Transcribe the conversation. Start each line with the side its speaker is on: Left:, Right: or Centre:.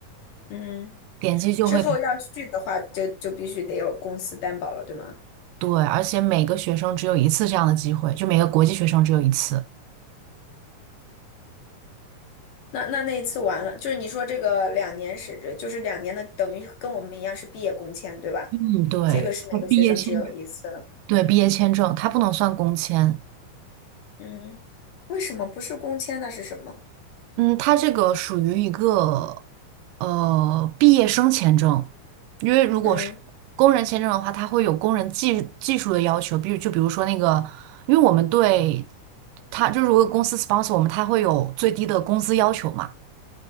Left: 嗯，
Right: 点击就会
Left: 之后要续的话就就必须得有公司担保了，对吗？
Right: 对，而且每个学生只有一次这样的机会，就每个国际学生只有一次。
Left: 那那那一次完了，就是你说这个两年是指，就是两年的，等于跟我们一样是毕业工签，对吧？
Right: 嗯，对，
Left: 这个是每个学生只有一次。
Right: 我毕业签
Left: 的。
Right: 对，毕业签证它不能算工签，
Left: 嗯，为什么不是工签？那是什么？
Right: 嗯，它这个属于一个呃毕业生签证，因为如果是工人签证的话，
Left: 嗯
Right: 它会有工人技技术的要求，比如就比如说那个，因为我们对它就是如果公司 sponsor 我们，它会有最低的工资要求嘛。